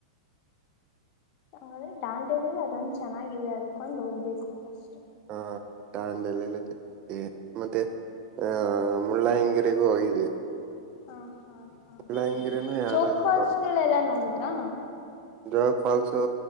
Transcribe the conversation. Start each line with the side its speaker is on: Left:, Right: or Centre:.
Left: ಹಾಗಾದ್ರೆ ಡಾಂಡೆಲಿ ಅದೊಂದು ಚೆನ್ನಾಗಿದೆ ಅದಕ್ಕೊಂದು ಹೋಗ್ಬೇಕು ಫಸ್ಟ್
Right: ಹಾ ದಾಂಡಲೆ ಎಲ್ಲ ಚೆನ್ನಾಗಿದೆ ಮತ್ತೆ ಆ ಮುಳ್ಳಾಯಂಗಿರಿಗೂ ಹೋಗಿದ್ವಿ
Left: ಹಾ ಹಾ ಹಾ
Right: ಮುಳ್ಳಾಯಂಗಿರಿನೂ ಯಾವ್ದಾದ್ರು
Left: ಜೋಗ ಪಾಲ್ಸ್ಗಳೆಲ್ಲಾ ನೋಡುದ್ರಾ
Right: ಜಾಗ್ ಫಾಲ್ಸು